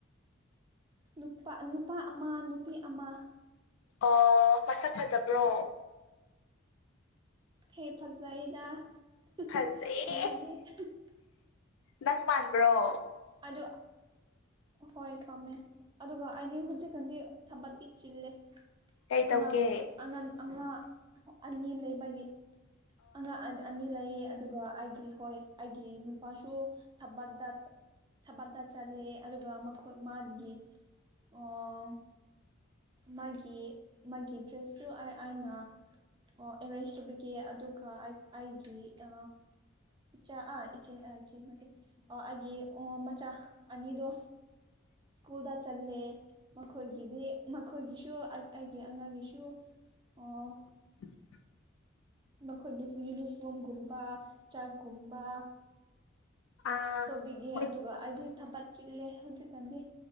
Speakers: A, on the right; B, on the left.
A: ꯅꯨꯄꯥ ꯅꯨꯄꯥ ꯑꯃ ꯅꯨꯄꯤ ꯑꯃ
B: ꯑꯣ ꯃꯁꯛ ꯐꯖꯕ꯭ꯔꯣ
A: ꯍꯦ ꯐꯖꯩꯗ
B: ꯐꯖꯩ
A: <unintelligible>
B: ꯅꯪ ꯃꯥꯟꯕ꯭ꯔꯣ
A: ꯑꯗꯨ ꯍꯣꯏ ꯄꯝꯃꯦ ꯑꯗꯨꯒ ꯑꯩꯗꯤ ꯍꯧꯖꯤꯛꯀꯥꯟꯗꯤ ꯊꯕꯛꯀꯤ ꯆꯤꯜꯂꯦ
B: ꯀꯩ ꯇꯧꯒꯦ
A: ꯑꯉꯥꯡ ꯑꯉꯥꯡ ꯑꯃ ꯑꯅꯤ ꯂꯩꯕꯒꯤ ꯑꯉꯥꯡ ꯑꯅꯤ ꯂꯩꯌꯦ ꯑꯗꯨꯒ ꯑꯩꯒꯤ ꯍꯣꯏ ꯑꯩꯒꯤ ꯅꯨꯄꯥꯁꯨ ꯊꯕꯛꯇ ꯊꯕꯛꯇ ꯆꯠꯂꯦ ꯑꯗꯨꯒ ꯃꯈꯣꯏ ꯃꯥꯒꯤ ꯑꯣ ꯃꯥꯒꯤ ꯃꯥꯒꯤ ꯗ꯭ꯔꯦꯁꯁꯨ ꯑꯩꯅ ꯑꯦꯔꯦꯟꯖ ꯇꯧꯕꯤ ꯀꯦ ꯑꯗꯨꯒ ꯑꯩꯒꯤ ꯑ ꯏꯆꯥ ꯑꯥ ꯏꯆꯦ ꯑ ꯏꯆꯦ ꯅꯠꯇꯦ ꯑ ꯑꯩꯒꯤ ꯃꯆꯥ ꯑꯅꯤꯗꯣ
B: <inaudible>
A: ꯁ꯭ꯀꯨꯜꯗ ꯆꯠꯂꯦ ꯃꯈꯣꯏꯒꯤꯗꯤ ꯃꯈꯣꯏꯒꯤꯁꯨ ꯑꯩ ꯑꯩꯒꯤ ꯑꯉꯥꯡꯒꯤꯁꯨ ꯑꯣ
B: <inaudible>
A: ꯃꯈꯣꯏꯒꯤꯁꯨ ꯌꯨꯅꯤꯐ꯭ꯔ‌ꯣꯝꯒꯨꯝꯕ ꯆꯥꯛꯀꯨꯝꯕ
B: ꯑꯥ
A: ꯇꯣꯕꯤꯒꯦ
B: ꯃꯣꯏ
A: ꯑꯗꯨꯒ ꯑꯩꯗꯤ ꯊꯕꯛ ꯆꯤꯜꯂꯦ ꯍꯧꯖꯤꯛꯀꯥꯟꯗꯤ